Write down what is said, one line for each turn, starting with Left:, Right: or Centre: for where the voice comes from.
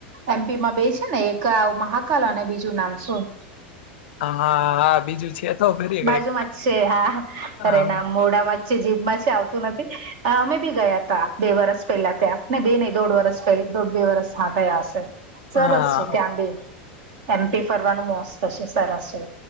Right: એમ પી માં બે છે ને એક મહાકાલ અને બીજું નામ શું?
Left: હા હા બીજું છે તો ફરી
Right: બાજુમાં
Left: કઈક
Right: જ છે હા પરે
Left: હા
Right: ના મોઢા માં છે, જીભમાં છે આવતું નથી અમે બી ગયા તા બે વરસ પેલા ત્યાં. ના બે નહીં દોઢ વરષ પલી દોઢ બે વરસ હા થયા હશે સરસ
Left: હા
Right: છે ત્યાં બે. એમ પી ફરવાનું મોસ્ત છે, સરસ છે.